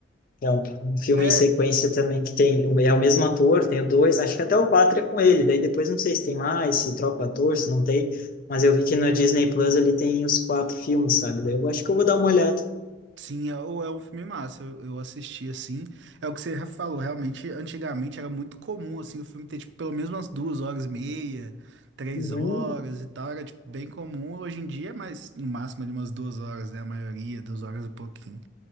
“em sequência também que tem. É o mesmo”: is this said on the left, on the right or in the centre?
Left